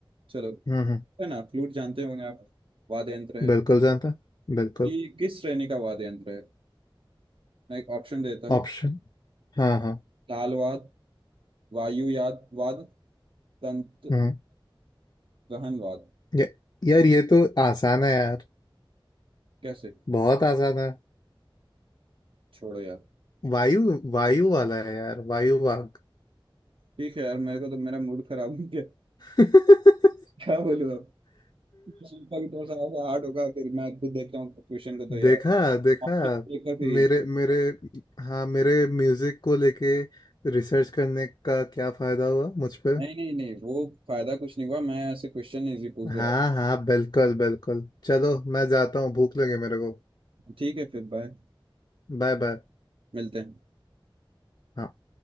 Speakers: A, on the right (about 75°); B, on the left (about 50°).
A: चलो
B: हम्म हम्म
A: है ना फ्लूट जानते होंगे आप वाद्य यंत्र है
B: बिल्कुल जानता बिल्कुल
A: तो ये किस श्रेणी का वाद्य यंत्र है मैं एक ऑप्शन देता हूँ
B: ऑप्शन हाँ हाँ
A: ताल वाद वायु याद वाद तंत्र
B: हम्म
A: गहन वाद
B: ये- यार ये तो आसान है यार
A: कैसे
B: बहुत आसान है
A: छोड़ो यार
B: वायु वायु वाला है यार वायु वाग
A: ठीक है यार मेरे को तो मेरा मूड खराब हो गया
B: <laughs>
A: क्या बोलूँ अब सुनता भी थोड़ा सा हार्ड होगा फिर मैं खुद देखता हूँ क्वेश्चन को तो यार
B: देखा देखा
A: ऑप्शन देखकर फिर
B: मेरे
A: easy।
B: मेरे हाँ मेरे म्यूजिक को लेके रिसर्च करने का क्या फायदा हुआ मुझ पे
A: नहीं नहीं नहीं वो फायदा कुछ नहीं हुआ मैं ऐसे क्वेश्चन इजी पूछ दे
B: हाँ
A: रहा था।
B: हाँ बिल्कुल बिल्कुल चलो मैं जाता हूँ भूख लगे मेरे को
A: ठीक है फिर बाय
B: Bye bye
A: मिलते हैं
B: हाँ